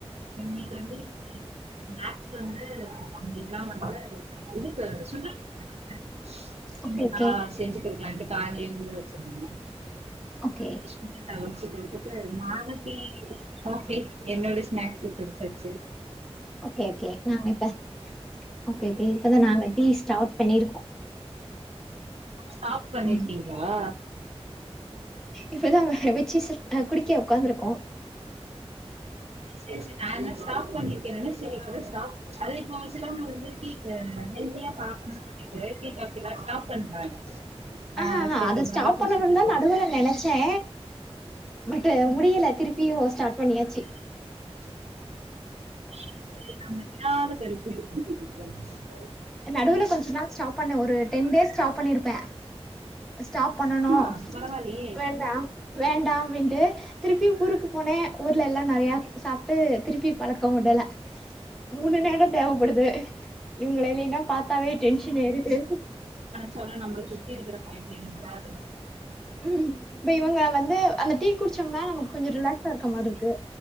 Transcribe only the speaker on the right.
இன்னைக்கு வந்து ஸ்நாக்ஸ் வந்து கம்ப்ளீட்டா வந்து இதுக்கு சுண்டல் குடுத்தேனுங்க
ஈவ்னிங்கா
செஞ்சு குடுக்கலான்ட்டு கால்லே ஊர வச்சேனுங்க
<inaudible> ஒத்துக்க ஒத்துக்க நாளைக்கி காபி இன்னோட ஸ்நாக்ஸ் இருக்குது வச்சாச்சு
ஸ்டாப் பண்ணிருக்கிங்களா
சரி சரி நான் என்ன
ஸ்டாப்ண பண்ணிருக்கே ஸ்டாப் அத இப்ப வச்சங்க வந்து <unintelligible> பாக்கணு சொல்லிட்டு டீ காபி ஸ்டாப் பண்றாங்க
ஆஹ் சரி
ரொம்ப
நாளா குடிச்சிட்டு
இருக்கோம்
அது
<inaudible> <unintelligible>
ஆஹ் பரவாயில்லையே
சொல்ல நம்மளை சுத்திந்திர பயங்கது